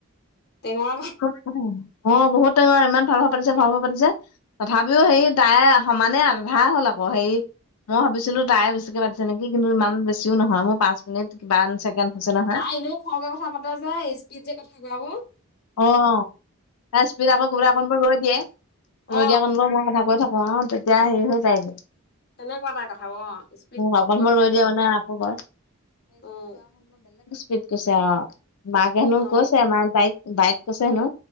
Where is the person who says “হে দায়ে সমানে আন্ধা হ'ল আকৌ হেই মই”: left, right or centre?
Left